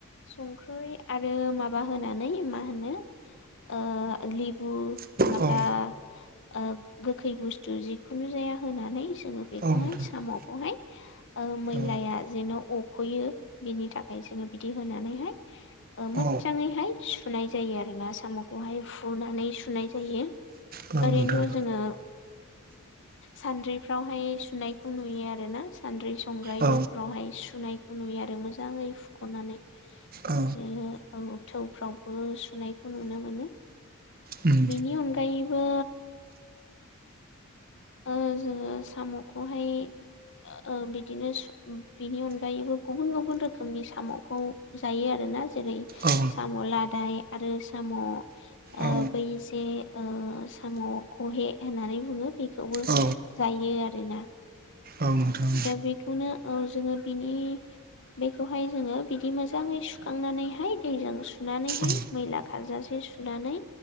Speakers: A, on the left; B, on the right.
A: संख्रै आरो माबा होनानै मा होनो ओ लेबु
B: औ
A: नङाबा ओ गोखै बुस्थु जिखुनु जा या होनानै जोंङो बेखौहाय
B: औ नोंथां
A: साम'खौहाय। ओ मैलाया
B: औ
A: जेन' अख'यो बिनि थाखाय जोङो बिदि होनानैहाय ओ मो
B: औ
A: जाङैहाय सुनाय जायो आरो ना साम'खौहाय फुनानै सुनाय जायो।
B: नोंथां
A: ओरैनोथ' जोङो सान्द्रिफ्रावहाय सुनायखौ नुयो आरो ना। सान्द्रि संग्राय
B: औ
A: बेफोरावहाय सुनायखौ नुयो आरो मोजाङै फुख'नानै। बे
B: औ
A: औ थौफ्रावबो सुनायखौ नुनो मोनो।
B: उम
A: बेनि अनगायैबो ओ जोङो साम'खौहाय ओ बिदिनो सु बिनि अनगायैबो गुबुन गुबुन रोखोमनि साम'खौ जायो आरो। ना जेरै-
B: औ
A: साम' लादाय आरो साम' ओ
B: औ
A: बै जे ओ ओ साम' खहे होननानै बुङो बेखौबो
B: औ
A: जायो आरोना
B: औ नोंथां
A: दा बेखौनो औ जोङो बिनि बेखौहाय जोङो बिदि मोजाङै सुखांनानैहाय दैजों सुनानैहाय
B: औ
A: मैला खारजासे सुनानै